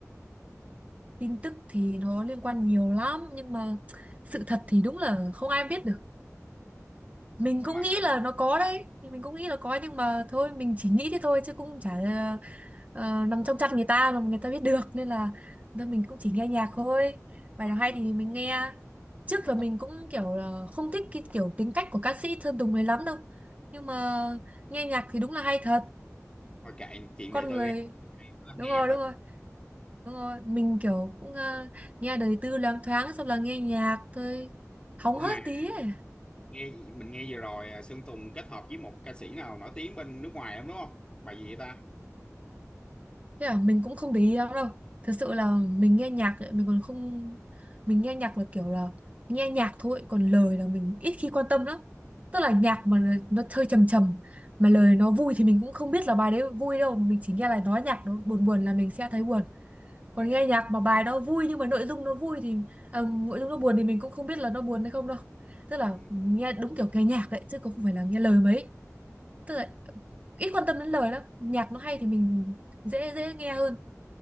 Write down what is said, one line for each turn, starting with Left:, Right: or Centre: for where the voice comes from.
Right: tin tức thì nó liên quan nhiều lắm nhưng mà sự thật thì đúng là không ai biết được mình
Left: ủa
Right: cũng
Left: mà
Right: nghĩ là nó có đấy mình cũng nghĩ là có nhưng mà thôi mình chỉ nghĩ thế thôi chứ cũng chả ờ, ờ, nằm trong chat người ta mà người ta biết được nên là nên mình cũng chỉ nghe nhạc thôi bài
Left: hồi
Right: nào
Left: nói
Right: hay thì mình nghe trước
Left: hồi
Right: là mình
Left: tập
Right: cũng kiểu là không thích cái kiểu tính cách của ca sĩ Sơn Tùng này lắm đâu nhưng mà nghe nhạc thì đúng là hay thật
Left: hồi kệ chuyện
Right: con
Left: đời tư
Right: người
Left: đi có
Right: đúng
Left: nghe
Right: rồi
Left: thôi
Right: đúng rồi đúng rồi mình kiểu cũng ờ, nghe đời tư loáng thoáng xong là nghe nhạc thôi hóng
Left: ủa
Right: hớt
Left: mà
Right: tí ấy
Left: nghe mình nghe vừa rồi à, Sơn Tùng kết hợp với một ca sĩ nào nổi tiếng bên nước ngoài lắm đúng không bài gì vậy ta
Right: Thế à, mình cũng không để ý lắm đâu. Thật sự là mình nghe nhạc ấy, mình còn không mình nghe nhạc là kiểu là nghe nhạc thôi, còn lời là mình ít khi quan tâm lắm. Tức là nhạc mà nó nó hơi trầm trầm mà lời nó vui thì mình cũng không biết là bài đấy vui đâu, mình chỉ nghe là nói nhạc nó buồn buồn là mình sẽ thấy buồn. Còn
Left: ok
Right: nghe nhạc mà bài đó vui nhưng mà nội dung nó vui thì à, nội dung nó buồn thì mình cũng không biết là nó buồn hay không đâu. Tức là
Left: ừ.
Right: nghe đúng kiểu nghe nhạc ấy chứ cũng không phải là nghe lời mấy. Tức là ít quan tâm đến lời lắm. Nhạc nó hay thì mình dễ dễ nghe hơn